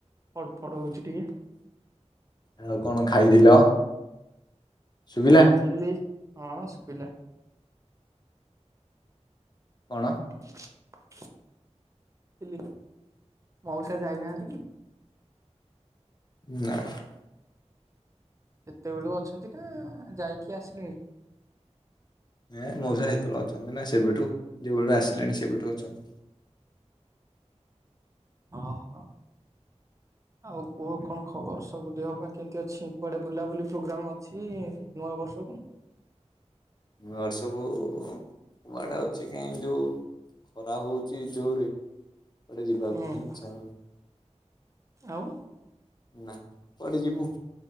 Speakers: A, on the right (about 25°); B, on the left (about 35°).
A: ଫଡ ଫଡ ହଉଛି ଟିକେ।
B: ଆଉ କଣ ଖାଇଥିଲ ଶୁଭିଲା
A: ଆଇଥିଲି। ହଁ ଶୁଭିଲା।
B: କଣ?
A: <unintelligible> ଥିଲି ମଉସା ଯାଇନାହାନ୍ତି କି?
B: ନା।
A: କେତେବେଳୁ ଅଛନ୍ତି ନା ଯାଇକି ଆସିଲେଣି?
B: ନାଁ ମଉସା ସେତେବେଳୁ ଅଛନ୍ତି ନା ସେବେଠୁ ଯେବେଠୁ ଆସିଲେଣି ସେବେଠୁ ଅଛନ୍ତି।
A: ହଁ ହଁ। ଆଉ କୁହ କଣ ଖବର ସବୁ ଦେହ ପାହ କେମିତି ଅଛି କୁଆଡ଼େ ବୁଲାବୁଲି ପ୍ରୋଗ୍ରମ୍ ଅଛି ନୂଆ ବର୍ଷକୁ?
B: ଘର ସବୁ କୁଆଡା ଅଛି କାହିଁ ଯୋଉ ଖରା ହଉଚି ଜୋର ଗୋଟେ ଯିବାକୁ
A: ହୁଁ
B: ହିଁ ଇଛା ହଉନି।
A: ଆଉ
B: ନା କୁଆଡେ ଯିବୁ?